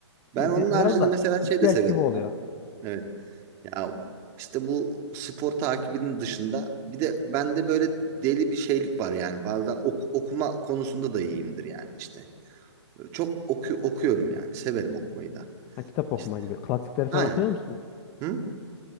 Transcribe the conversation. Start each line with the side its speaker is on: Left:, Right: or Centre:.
Right: Ben
Left: Hani
Right: onun
Left: bi-
Right: haricinde
Left: biraz da
Right: mesela şey
Left: ihtiyaç
Right: de severim
Left: gibi oluyor.
Right: ya. Evet. Ya işte bu spor takibinin dışında bir de bende böyle deli bir şeylik var yani. Bazen ok- okuma konusunda da iyiyimdir yani işte. Çok oku- okuyorum yani. Severim okumayı da.
Left: Ha, kitap
Right: İşte.
Left: okuma gibi. Klasikleri
Right: Aynen.
Left: falan okuyor musun?
Right: Hı?